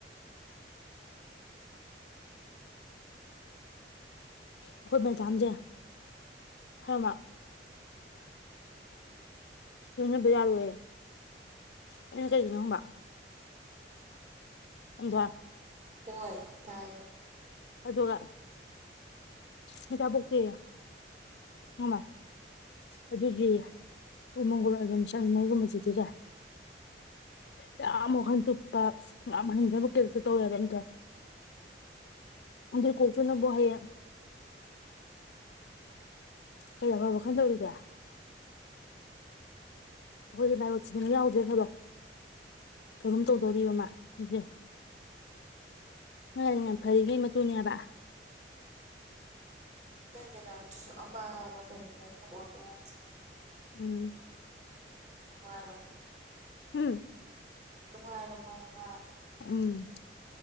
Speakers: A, on the left (about 70°); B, on the right (about 40°).
A: ꯑꯈꯣꯏ ꯃꯦꯗꯥꯝꯖꯦ ꯈꯪꯉꯕ ꯂꯣꯏꯅꯕ ꯍꯥꯔꯣꯢꯌꯦ ꯑꯩꯅ ꯀꯩꯒꯤꯅꯣ ꯍꯪꯕ ꯑꯝꯖꯥ
B: ꯍꯣꯏ ꯇꯥꯏꯌꯦ
A: ꯑꯗꯨꯒ ꯃꯆꯥ ꯄꯣꯛꯇꯦꯌꯦ ꯑꯃ ꯑꯗꯨꯒꯤ ꯇꯨꯝ ꯍꯧꯒꯠꯂ ꯃꯤꯁꯜ ꯍꯣꯢꯒꯨꯝꯕ ꯁꯤꯇꯤꯖꯦ ꯆꯥ ꯃꯨꯛ ꯍꯟꯗꯣꯛꯄ <unintelligible> ꯑꯗꯨꯢ ꯀꯣꯛꯇꯨꯅꯕꯨ ꯍꯌꯦꯡ ꯀꯩ ꯑꯐꯕ ꯈꯟꯗꯧꯔꯤꯒꯦ ꯍꯣꯏ ꯅꯤ ꯍꯥꯢꯕ ꯊꯤꯟꯅ ꯌꯥꯎꯗ꯭꯭ꯔꯦ ꯍꯣꯢꯔꯣꯡ ꯊꯧꯔꯝ ꯇꯧꯗꯣꯔꯤꯕ ꯃꯥ ꯁꯤꯖ ꯅꯣꯏꯅꯦ ꯐꯔꯤꯒꯩ ꯃꯇꯨꯅꯦꯕ
B: ꯅꯪ ꯃꯗꯥꯝꯁꯤꯁꯨ ꯑꯃ ꯕ ꯀꯩꯅꯣ ꯈꯡꯗꯦ ꯑꯣꯢꯕ ꯌꯥꯢ
A: ꯎꯝ
B: ꯀꯨꯋꯔꯣ
A: ꯎꯝ
B: ꯅꯨꯡꯉꯥꯢꯔꯝꯃꯣꯢ ꯍꯥꯢꯕ
A: ꯎꯝ